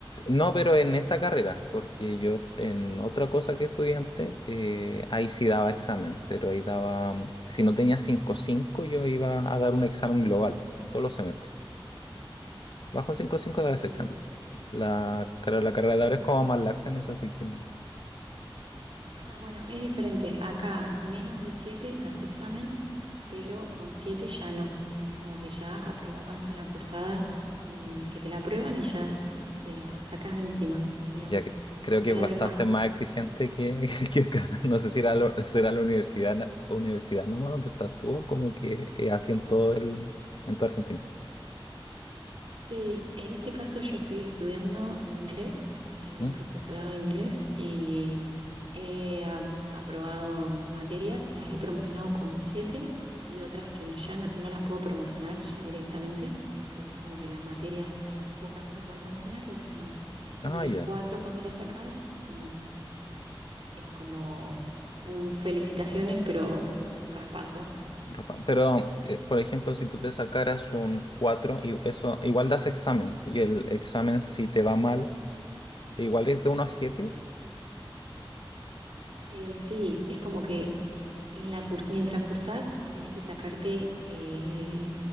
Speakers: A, on the left; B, on the right.
A: No, pero en esta carrera, porque yo en otra cosa que estudiante, eh, ahí sí daba examen, pero ahí daba, mm, si no tenía cinco cinco yo iba a dar un examen global todos los semestres. Bajo cinco cinco daba
B: Bien.
A: ese examen. La, claro, la carrera
B: Ah,
A: de ahora es como más laxa en eso, así que
B: ah, bueno, es diferente. Acá menos de 7 das examen, pero con 7 ya no. Es como que ya aprobás con la cursada, mm, que te la aprueban y ya te la sacás de encima, digamos.
A: ya que- creo que
B: No
A: es
B: la
A: bastante
B: ves más.
A: más exigente que, <laughs> que acá. No sé si era, lo- será la universidad, na- universidad nomás donde estás tú, como que eh, así en todo el, en toda Argentina.
B: Sí, en este caso yo estoy estudiando inglés, el
A: ¿Mm?
B: profesorado de inglés, y he a- aprobado materias, las he promocionado con siete y otras que no- ya no, no las puedo promocionar ya directamente, porque es como que las materias hay pocas que se pueden promocionar y otras no.
A: Ah,
B: Y el
A: ya.
B: cuatro cuando lo sacas, mm, es como un felicitaciones, pero raspando.
A: ropa. Pero, eh, por ejemplo, si tú te sacaras un 4 y eso, igual das examen. Y el examen, si te va mal, igual es de uno a siete
B: Eh, sí, es como que en la curs- mientras cursás tenés que sacarte, eh,